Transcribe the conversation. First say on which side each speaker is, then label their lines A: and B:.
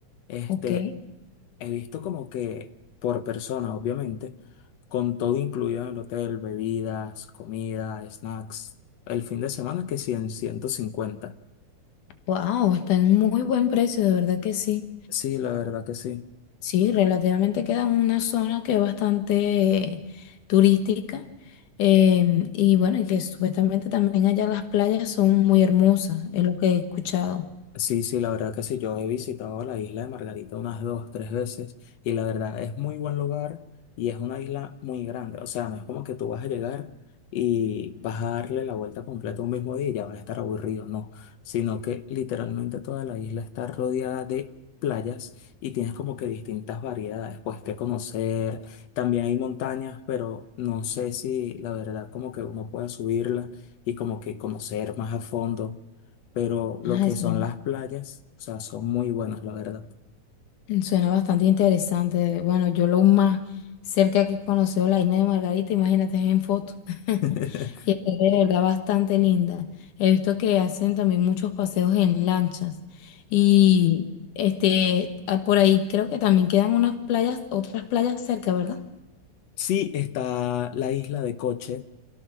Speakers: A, on the left; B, on the left.
A: Este,
B: ¿ok?
A: he visto como que por persona, obviamente, con todo incluido en el hotel, bebidas, comida, snacks, el fin de semana que sí en ciento cincuenta
B: Wow, está en muy buen precio, de verdad que sí.
A: Sí, la verdad que sí.
B: Sí, relativamente queda en una zona que es bastante turística. em, y bueno, y que supuestamente también allá las playas son muy hermosas, es lo que he escuchado.
A: Sí, sí, la verdad que sí, yo he visitado la isla de Margarita unas dos, tres veces y la verdad es muy buen lugar y es una isla muy grande, o sea, no es como que tú vas a llegar y vas a darle la vuelta completa un mismo día y ya vas a estar aburrido, no, sino que literalmente toda la isla está rodeada de playas y tienes como que distintas variedades, pues que conocer, también hay montañas, pero no sé si la verdad como que uno pueda subirla y como que conocer más a fondo pero lo
B: Ah,
A: que
B: eso.
A: son las playas, o sea, son muy buenas, la verdad.
B: Suena bastante interesante. Bueno, yo lo más cerca que he conocido la isla de Margarita, imagínate, es en foto. <laughs>
A: <laughs>
B: Y es de verdad bastante linda. He visto que hacen también muchos paseos en lanchas. Y este, ah, por ahí creo que también quedan unas playas, otras playas cerca, ¿verdad?
A: Sí está la isla de Coche,